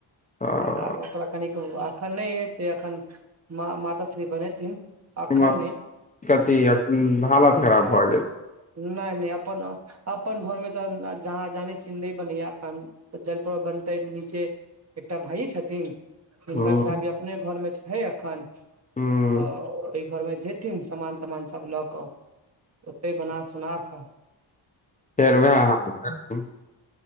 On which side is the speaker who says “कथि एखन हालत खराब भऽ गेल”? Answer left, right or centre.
Left